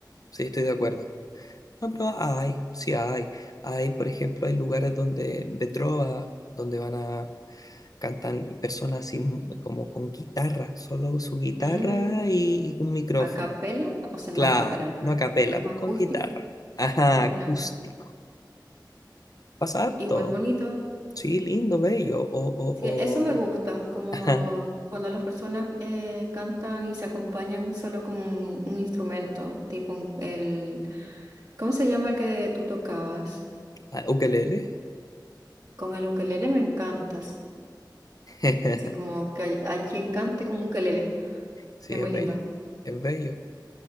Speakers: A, on the left; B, on the right.
A: Sí, estoy de acuerdo. No, pero hay, sí hay. Hay, por ejemplo, hay lugares donde, de trova, donde van a cantar personas así como con guitarra, solo su guitarra
B: Mm,
A: y, y un micrófono
B: a capela, o sea,
A: Claro,
B: no a capela, no
A: no
B: es,
A: a capela,
B: es como
A: pues
B: acústico.
A: con guitarra. Ajá,
B: Ya,
A: acústico. Pasa harto.
B: igual bonito.
A: Sí, lindo, bello. O, o,
B: Sí, eso me
A: o.
B: gusta, como
A: <laughs> Ajá,
B: cuando las personas eh, cantan y se acompañan solo con un instrumento, tipo un- el, ¿cómo se llama el que tú tocabas?
A: ah, ukelele.
B: Con el ukelele me encanta.
A: <laughs>
B: Así como que hay- alguien cante con un ukelele.
A: Sí,
B: Es
A: es
B: muy
A: bello.
B: lindo.
A: Es bello.